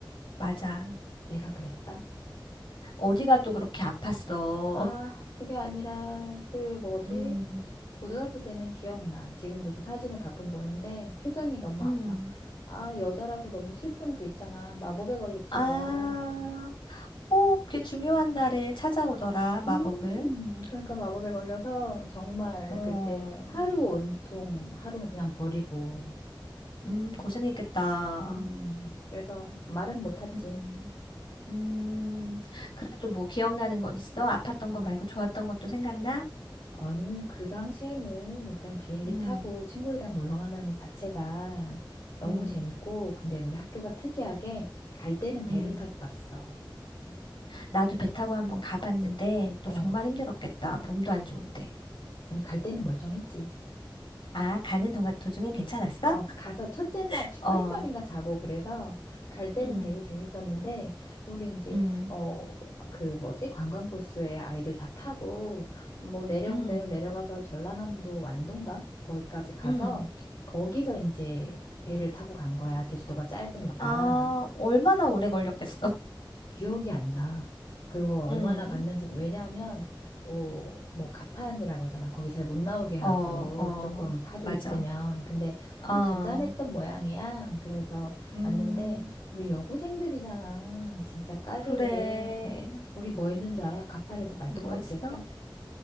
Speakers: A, on the left (about 75°); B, on the left (about 60°).
A: 맞아.
B: 내가 그랬다?
A: 어디가 또 그렇게 아팠어.
B: 아, 그게 아니라, 그 뭐지?
A: <laughs> 음.
B: 고등학교 때는 기억나. 지금도 그 사진을 가끔 보는데 표정이 너무
A: 음.
B: 아파. 아, 여자라서 너무 슬픈 그 있잖아. 마법에 걸렸지
A: 아,
B: 뭐야.
A: 꼭 그 중요한 날에 찾아오더라, 마법은.
B: 음, 그러니까 마법에 걸려서 정말
A: 어,
B: 그때 하루 온통 하루는 그냥 버리고.
A: 음, 고생했겠다.
B: 음, 그래서 말은 못했지.
A: 음. 음, 그래도 뭐 기억나는 건 있어? 아팠던 거 말고 좋았던 것도 생각나?
B: 아니, 그 당시에는 일단 비행기
A: 음,
B: 타고 친구들이랑 놀러 간다는 것 자체가 너무
A: 음,
B: 재밌고, 근데 우리 학교가 특이하게 갈 때는 배를
A: 음.
B: 타고 갔어.
A: 나도
B: 그래.
A: 배 타고 한번 가봤는데
B: 어.
A: 너 정말 힘들었겠다. 몸도 안 좋은데.
B: 아니, 갈 때는 멀쩡했지.
A: 아, 가는 동안 도중엔 괜찮았어?
B: 어,
A: <laughs>
B: 가서 첫째 날
A: 어,
B: 하룻밤인가 자고 그래서 갈 때는
A: 음,
B: 되게 재밌었는데 우리 이제
A: 음,
B: 어, 그 뭐지? 관광버스에 아이들 다 타고 뭐 내려
A: 음,
B: 내려 내려가서 전라남도 완도인가? 거기까지 가서
A: 음.
B: 거기서 이제 배를 타고 간 거야. 제주도가 짧으니까.
A: 아, 얼마나 오래 걸렸겠어? <laughs>
B: 기억이 안 나. 그거 얼마나
A: 음,
B: 갔는지, 왜냐하면, 어, 뭐, 가판이라 그러잖아. 거기 잘 못 나오게 하고,
A: 어, 어,
B: 조금 파도
A: 맞아.
B: 있으면. 근데 좀
A: 어,
B: 잔잔했던 모양이야. 그래서
A: 음,
B: 왔는데, 우리 여고생들이잖아. 진짜 까르르.
A: 그래.
B: 근데, 우리 뭐 했는 줄 알아? 가판에서 말뚝박기
A: 뭐 했어?
B: 했다?